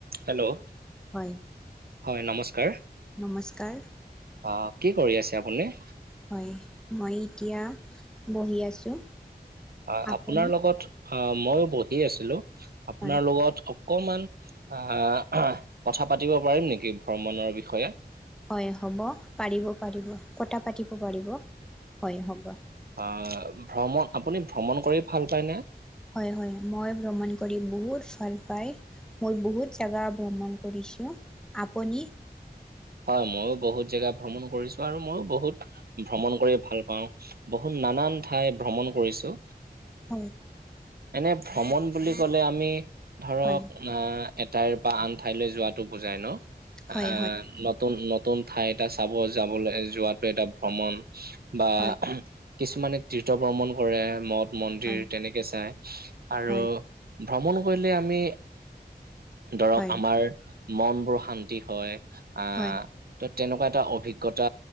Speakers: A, on the right; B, in the centre.
A: হেল্ল'
B: হয়
A: হয় নমস্কাৰ।
B: নমস্কাৰ।
A: অ' কি কৰি আছে আপুনি?
B: হয়, মই এতিয়া বহি আছোঁ।
A: হয়,
B: আপুনি
A: আপোনাৰ লগত অ, মইও বহি আছিলো। আপোনাৰ
B: হয়
A: লগত অকমান আহ, কথা পাতিব পাৰিম নেকি ভ্ৰমণৰ বিষয়ে?
B: হয়, হ'ব পাৰিব-পাৰিব কটা পাতিব পাৰিব হয় হ'ব।
A: অ' ভ্ৰমণ আপুনি ভ্ৰমণ কৰি ভাল পায়নে?
B: হয়-হয় মই ভ্ৰমণ কৰি বহুত ভাল পাই। মই বহুত জাগা ভ্ৰমণ কৰিছোঁ, আপুনি?
A: হয় ময়ো বহুত জেগা ভ্ৰমণ কৰিছো আৰু ময়ো বহুত ভ্ৰমণ কৰি ভাল পাওঁ। বহুত নানান ঠাই ভ্ৰমণ কৰিছো।
B: হয়
A: এনে ভ্ৰমণ বুলি ক'লে আমি ধৰক।
B: হয়
A: এটাইৰ পৰা আন ঠাইলৈ যোৱাটো বুজাই ন।
B: হয়
A: আহ নতুন-নতুন ঠাই এটা চাব যাবলৈ যোৱাাতটো এটা ভ্ৰমণ। বা,
B: হয়
A: কিছুমানে তীৰ্থ ভ্ৰমন কৰে মদ। মন্দিৰ
B: হয়
A: তেনেকে চাই আৰু
B: হয়
A: ভ্ৰমণ কৰিলে আমি ধৰক
B: হয় হয়
A: আমাৰ মন বোৰ শান্তি হয় আহ,
B: হয়
A: ত' তেনেকুৱা এটা অভিজ্ঞতা